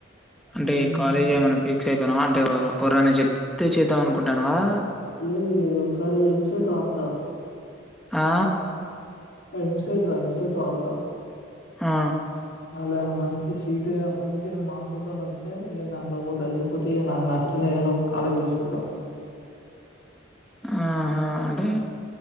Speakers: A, in the centre; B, on the left.
A: అంటే
B: హ్మ్.
A: కాలేజ్ ఏమైనా ఫిక్స్ అయి వినమంటే ఓర్ ఓరన్న చెప్తే చేద్దాం అనుకుంటన్నావా
B: లేదు లేదు ఒకసారి ఎంసెట్ రాత్త
A: ఆ
B: ఎంసెట్ రా ఎంసెట్ రాత్త.
A: ఆ
B: అళ ఏమన్నా మంచి సీటు మంచి మార్కులు తొని వత్తే ఇక దాని లొనికిపోతా లేకపోతే నాకు నచ్చిన ఏదన్నా కాలేజ్ చూసుకుంటా
A: ఆహ‌ అంటే